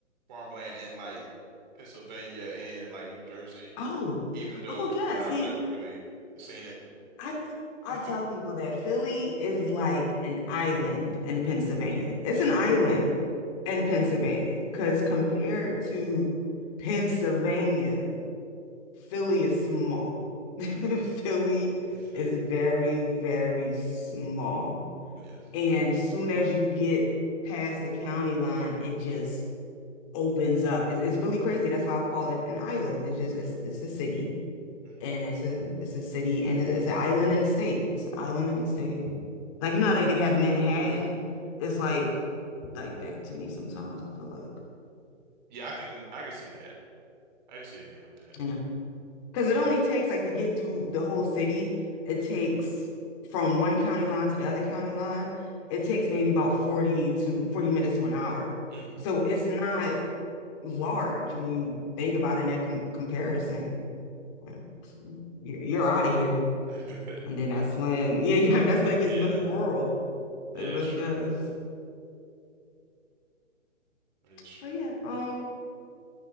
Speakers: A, on the right; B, on the left.
A: farmland in like Pennsylvania and like New Jersey,
B: Oh,
A: even though
B: oh yeah.
A: I've
B: See,
A: never really seen it.
B: I I
A: <laughs>
B: tell people that Philly is like an island in Pennsylvania. It's
A: Mm.
B: an island in Pennsylvania because compared to Pennsylvania, Philly is small.
A: Mm.
B: <laughs> Philly
A: <laughs>
B: is very, very small.
A: Yeah.
B: And soon as you get past the county line, it just opens up. It's, it's really crazy. That's why I call it an island. It's just it's, it's a city,
A: hmm
B: and it's a it's a city, and it- it's an island in a state. It's an island in a state. Like you know how they, they have Manhattan. It's like like that to me sometimes. I feel like
A: Yeah, I can I can see that. I can see it being like that.
B: you know because it only takes like to get through the whole city. It takes from one county line to the other county line. It takes maybe about 40 to 40 minutes to an hour.
A: hmm
B: So it's not large when you think about it in that com comparison. Yeah. You're, you're out of here.
A: <laughs>
B: And then that's when, <laughs> yeah, yeah, that's when it gets
A: Yeah.
B: really rural.
A: Yeah,
B: It really
A: that's true.
B: does.
A: It is true.
B: But yeah, um,